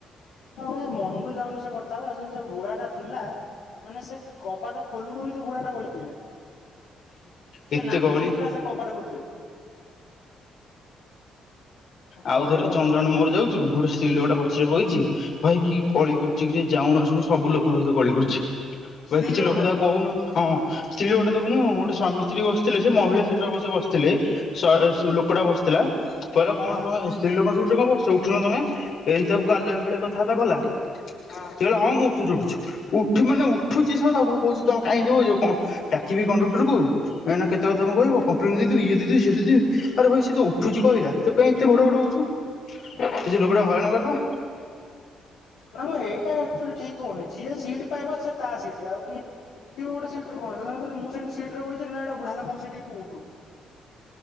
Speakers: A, on the left; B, on the left.
A: ହଁପା ମନରୁ ଯାଉନି ସେଥା ତାପରେ ବୁଢ଼ାଟା ଥିଲା ମାନେ ସେକବାଟା ଖୋଲୁ ଗୋଲୁ ସେବୁଢ଼ାଟା ଗୋଳି ପଇଲା। ସେ
B: ଏତେ
A: ନାଖିକିଥିଲା
B: ଗହଳି
A: ସେ କବାଟ କତିରେ।
B: ଆଉ
A: କହିବ
B: ଥରେ ଚନ୍ଦନ ମୋର ଯାଉଚୁ ଗୋଟେ ସ୍ତ୍ରୀ ଲୋକଟେ ପଛରେ ବଇଚି, ଭାଇ କି କଳି କରୁଚିକିରେ ଯାଉନୁ ଆଶୁଣୁ ସବୁ ଲୋକଙ୍କ ସହିତ କଳି କରୁଚି
A: ସ୍ତ୍ରୀ
B: ଭାଇ କିଛି
A: ଲୋକଟା
B: ଲୋକ ତାକୁ କହୁନ ହଁ ସ୍ତ୍ରୀ ଲୋକଟେ ଦେଖୁନୁ ଗୋଟେ ସ୍ୱାମୀ ସ୍ତ୍ରୀ ବସିଥିଲେ ସେମହିଳା ସିଟରେ ଅବଶ୍ୟ ବସିଥିଲେ ସା ସୁ ଲୋକଟା ବସିଥିଲା କହିଲା କଣ
A: ହଁ
B: ତମେ ସ୍ତ୍ରୀ ଲୋକଙ୍କ ସିଟିରେ କଣବସିଚ ଉଠୁନ ତମେ ଏମିତି ତାକୁ ଗାଲୁଆମି ଭଳିଆ କଥାବାର୍ତ୍ତା କଲା
A: ହଁ।
B: ସେକହିଲା ହଁ ମୁଁ ଉଠୁଚି ଉଠୁଛି ଉଠୁ ମାନେ ଉଠୁଛି ସହ ତାକୁ କହୁଚି ତମେ କାଇଏମିତି ହଉଚ ଡାକିବି କଣ୍ଡକ୍ଟରକୁ ଏଁ ନା କେତେ କଥା କଣ କହିବ କମ୍ପ୍ଲେନ୍ ଦେଇଦଉୁ ଇଏ ଦେଇଦବି ସିଏ ଦେଇଦବି ଆରେ ଭାଇ ସେତ ଉଠୁଚି କହିଲା। ତୁ କାଇ ଏତେ ଭଡ଼ ଭଡ଼ ହଉଚୁ ସେଲୋକଟା ହଇରାଣ କରିଦବା।
A: ନାମୋ ଏଇଟା ଆକ୍ଚୁଆଲି ଠିକ୍ ହଉନି ଯିଏ ସିଟ୍ ପାଇବ ସିଏ ତାସିଟ୍ ଆଉ ପୁଣି ଉଠିବ ଗୋଟେ ସିଟିରୁ କଣ ସେତାଙ୍କର କହିଲେ ମୁଁ ସେମିତି ସିଟିରେ ବଇଥିଲି ନାଏଟା ବୁଢାଲୋକଙ୍କ ସିଟ୍ ଏଠୁ ଉଠୁ।